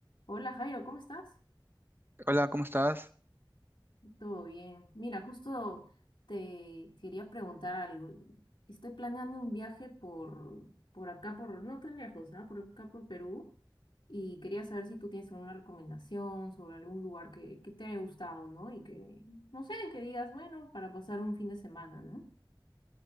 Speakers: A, on the left; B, on the right.
A: Hola Jairo, ¿cómo estás?
B: Hola, ¿cómo estás?
A: Todo bien. Mira, justo te quería preguntar algo. Estoy planeando un viaje por, por acá, por, no tan lejos, ¿ah? Por acá, por Perú. Y quería saber si tú tienes alguna recomendación sobre algún lugar que, que te haya gustado, ¿no? Y que, no sé, que digas, bueno, para pasar un fin de semana, ¿no?